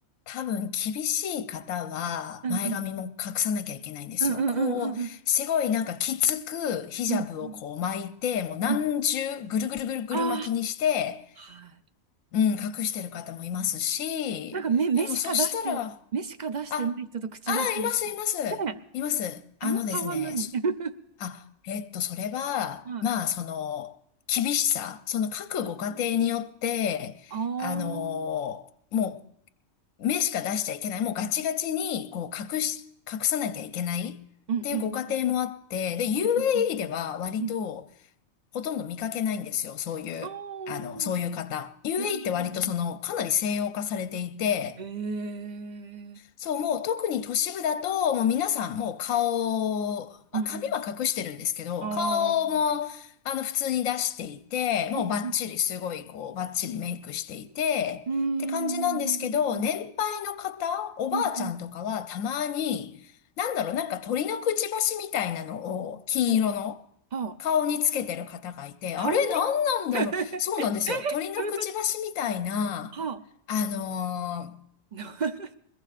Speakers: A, on the left; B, on the right.
A: 多分厳しい方は前髪も隠さなきゃいけないんですよ。
B: うんうんうんう
A: こう、
B: んうん
A: すごいなんかきつくヒジャブをこう巻いて、
B: うん
A: もう何重ぐるぐるぐるぐる巻きにして、
B: うん。ああ、はい。
A: うん、隠してる方もいますし、
B: なんか目、目しか出して、
A: でもそしたら、あ、
B: 目しか出してない人と口出してる
A: あー、います、います。
B: ねえ、
A: います。
B: あの差は何
A: あのですね、
B: <laughs>
A: あ、えっと、それは、
B: はい。
A: まあ、その、厳しさ、その各ご家庭によって、
B: ああー、
A: あのもう、目しか出しちゃいけない、もうガチガチに、こう、隠し、隠さなきゃいけないっていうご家庭もあって、
B: うんうんうん
A: で、UAE
B: うんうんうん
A: では割と、
B: うんうん
A: ほとんど見かけないんですよ、そういう、
B: おー、
A: あの、そういう方。UAE
B: えー、
A: って割とその、かなり西洋化されていて、
B: えー、
A: そう、もう特に都市部だと、もう皆さんもう顔、まあ、
B: うんうんうん。
A: 髪は隠してるんですけど、
B: ああ、
A: 顔も、あの、普通に出していて、もうバッチリ、
B: うんうん。
A: すごい、こう、バッチリメイクしていて、
B: うーん、
A: って感じなんですけど、年配の方、おばあちゃんとかはたまに、
B: うんうん、
A: なんだろう、なんか鳥のくちばしみたいなのを、金色の、
B: お、はあ、
A: 顔につけてる方がいて、
B: 顔に
A: あれ、なんなんだろう。
B: <laughs>
A: そうなんですよ。鳥のくちばしみたいな、
B: どういうことはあ、
A: あの
B: <laughs>